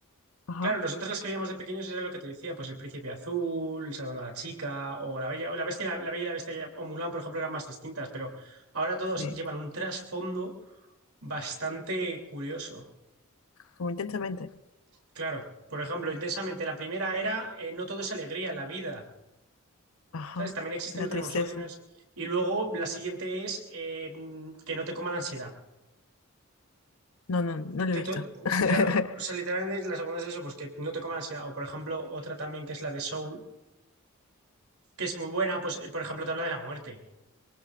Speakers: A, on the left (about 75°); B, on the right (about 90°).
A: Ajá,
B: claro, nosotros las que veíamos de pequeños era lo que te decía, pues El Príncipe Azul, Salvando a la Chica, o La Bella, la Bestia, y la, la Bella y la Bestia, o Mulan, por ejemplo, eran más distintas, pero ahora todos
A: sí,
B: llevan un trasfondo bastante curioso.
A: como intensamente.
B: Claro, por ejemplo, intensamente, la primera era eh, no todo es alegría en la vida.
A: Ajá,
B: ¿Sabes? También existen,
A: la
B: otros
A: tristeza.
B: emociones. Y luego la siguiente es eh, que no te coma la ansiedad.
A: No, no, no lo
B: Que
A: he visto.
B: tú-
A: <laughs>
B: claro, o sea, literalmente la segunda es eso, pues que no te coma la ansiedad. O por ejemplo, otra también que es la de Soul, que es muy buena, pues eh, por ejemplo te habla de la muerte.